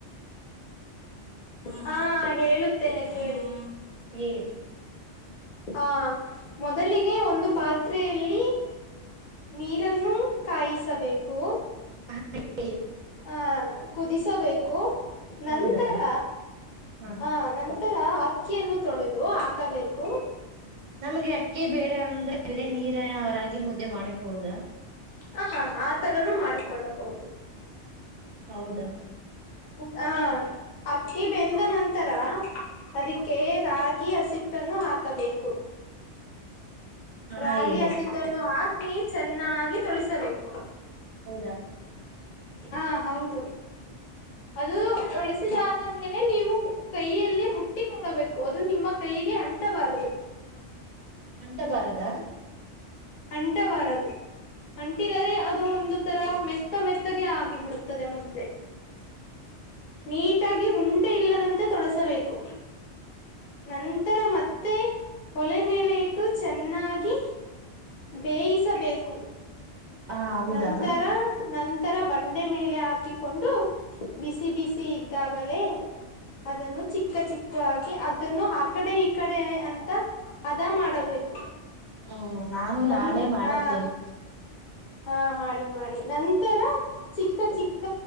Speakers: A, on the left; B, on the right.
A: ಹಾ ಹೇಳುತ್ತೇನೆ ಕೇಳಿ.
B: ಹೇಳಿ
A: ಹಾ ಮೊದಲಿಗೆ ಒಂದು ಪಾತ್ರೆಯಲ್ಲಿ ನೀರನ್ನು ಕಾಯಿಸಬೇಕು.
B: ಹ
A: ಹ ಕುದಿಸಬೇಕು. ನಂತರ
B: ಹೌದಾ ಹ
A: ಆ ನಂತರ ಅಕ್ಕಿಯನ್ನು ತೊಳೆದು ಹಾಕಬೇಕು.
B: ನಮ್ಗೆ ಅಕ್ಕಿ ಬೇಡ ಅಂದ್ರೆ ಬರೆ ನೀರ ರಾಗಿ ಮುದ್ದೆ ಮಾಡಕ್ ಹೋದ.
A: ಹಾ ಆ ತರನೂ ಮಾಡಿಕೊಳ್ಳಬಹುದು.
B: ಹೌದಾ
A: ಹಾ ಅಕ್ಕಿ ಬೆಂದ ನಂತರ ಅದಕ್ಕೆ ರಾಗಿ ಹಸಿಟ್ಟನ್ನು ಹಾಕಬೇಕು. ರಾಗಿ
B: ಹಾ ಹೇಳಿ
A: ಹಸಿಟ್ಟನ್ನು ಹಾಕಿ ಚೆನ್ನಾಗಿ ತೊಳಿಸಬೇಕು.
B: ಹೌದಾ
A: ಹಾ ಹೌದು. ಅದು ಉಳಸಿದಾದ ಮೇಲೆ ನೀವು ಕೈಯಲ್ಲಿ ಮುಟ್ಟಿ ನೋಡಬೇಕು ಅದು ನಿಮ್ಮ ಕೈ ಹೀಗೆ ಅಂಟಬಾರದು.
B: ಅಂಟಬಾರದಾ.
A: ಅಂಟಬಾರದು ಅಂಟಿದರೆ ಅದು ಒಂದು ತರ ಮೆತ್ತ ಮೆತ್ತಗೆ ಆಗಿ ಬಿಡುತ್ತದೆ ಮುದ್ದೆ. ನೀಟಾಗಿ ಹುಂಡೆ ಇಲ್ಲದಂತೆ ತೊಳಸಬೇಕು. ನಂತರ ಮತ್ತೆ ಒಲೆ ಮೇಲೆ ಇಟ್ಟು ಚೆನ್ನಾಗಿ ಬೇಯಿಸಬೇಕು.
B: ಹ ಹೌದಾ
A: ನಂತರ ನಂ ತರ ಬಂಡೆ ಮೇಲೆ ಹಾಕಿಕೊಂಡು ಬಿಸಿ ಬಿಸಿ ಇದ್ದಾಗಲೇ ಅದನ್ನು ಚಿಕ್ಕ ಚಿಕ್ಕ ಆಗಿ ಅದನ್ನು ಆ ಕಡೆ ಈ ಕಡೆ ಅಂತ ಅದಾ ಮಾಡಬೇಕು.
B: ಹ್ಮ್ ನಾನು
A: ನನ್
B: ನಾಳೆ ಮಾಡುತ್ತೇನೆ.
A: ಹಾ ಹಾ ಮಾಡಿ ಮಾಡಿ ನಂತರ ಚಿಕ್ಕ ಚಿಕ್ಕ